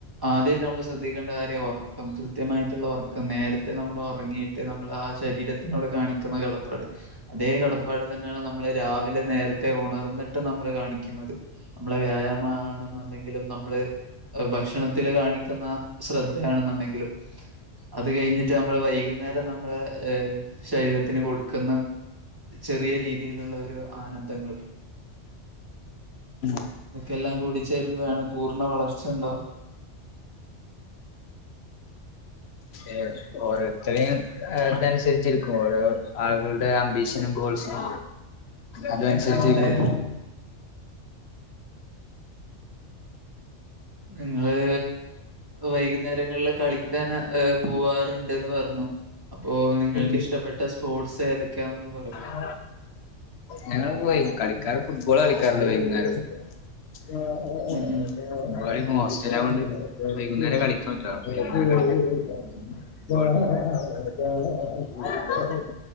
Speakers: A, on the right; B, on the left.
A: ആദ്യമായിട്ട് നമ്മൾ ശ്രദ്ധിക്കേണ്ട കാര്യ ഒറ ക്കം, കൃത്യമായിട്ട്ള്ള ഒറക്കം നേരത്തെ നമ്മളോറങ്ങിയിട്ട് നമ്മൾ ആ ശരീരത്തിനോട് കാണിക്കുന്ന കട പ്പാട് അതേ കടപ്പാട് തന്നാണ് നമ്മള് രാവിലെ നേര ത്തെ ഉണർന്നിട്ട് നമ്മള് കാണിക്കുന്നത്. നമ്മളെ വ്യായാമ ന്നുണ്ടെങ്കിലും നമ്മള് ഭക്ഷണത്തില് കാണിക്കുന്ന ശ്രദ്ധയാണെന്നുണ്ടെങ്കിലും അത് കഴിഞ്ഞിട്ട് നമ്മള് വൈകുന്നേരം നമ്മള് ശരീരത്തിന് കൊടുക്കുന്ന ചെറിയ രീതിയിലുള്ള ഒരു ആനന്ദങ്ങൾ.
B: ഉം.
A: ഇതൊക്കെല്ലാം കൂടി ചേരുമ്പഴാണ് പൂർണ്ണ വളർച്ചണ്ടാവ.
B: ഏർ ഓരോ ഇത്രയും ഇതനുസരിച്ചിരിക്കും ഓരോ ആളുകളുടെ അംമ്പീഷനും, ഗോൾസും അതനുസരിച്ചിക്കും.
A: അതെ നിങ്ങള് വൈകുന്നേരങ്ങളില് കളിക്കാന പോവാറുണ്ട്ന്ന് പറഞ്ഞു. അപ്പോ നിങ്ങൾക്ക്
B: ഉം
A: ഇഷ്ടപ്പെട്ട സ്പോർട്സ് ഏതൊക്കെയാന്നൊന്ന് പറൂ
B: ആ ഞങ്ങള് പോയും കളിക്കാറ് ഫുട്ബോള് കളിക്കാറ്ണ്ട് വൈകുന്നേരം <unintelligible>
A: ഉം ഉം
B: ഹോസ്റ്റലാ കൊണ്ട് വൈകുന്നേരം കളിക്കാൻറ്റൂല <unintelligible> ഉ